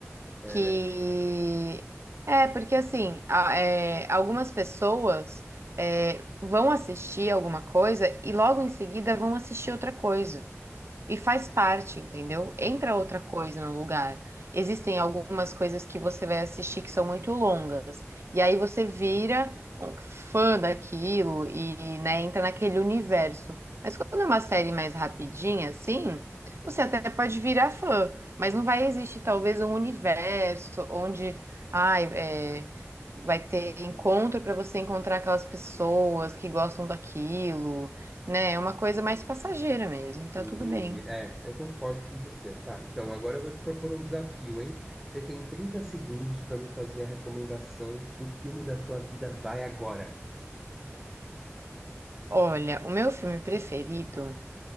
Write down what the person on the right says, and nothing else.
que
é porque assim a- é, algumas pessoas é, vão assistir alguma coisa e logo em seguida vão assistir outra coisa. E faz parte, entendeu? Entra outra coisa no lugar. Existem algumas coisas que você vai assistir que são muito longas. E aí você vira um fã daquilo e, né, entra naquele universo. Mas quando é uma série mais rapidinha, assim, você até pode virar fã. Mas não vai existir, talvez, um universo onde, ai, é, vai ter encontro para você encontrar aquelas pessoas que gostam daquilo, né? É uma coisa mais passageira mesmo, e tá
tudo bem.
Olha, o meu filme preferido